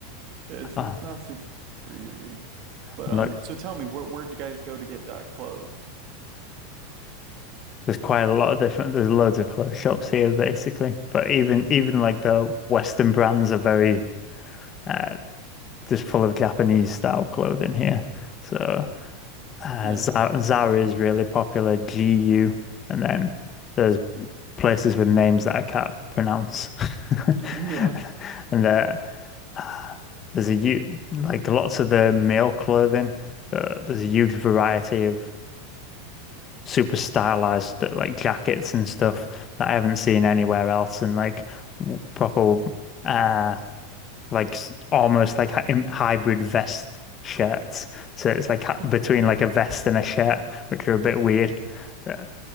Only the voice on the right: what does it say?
it's
it's not super easy. But
um,
so tell me, where where'd you guys go to get uh, clothes?
Yeah,
<laughs> yeah,
hmm.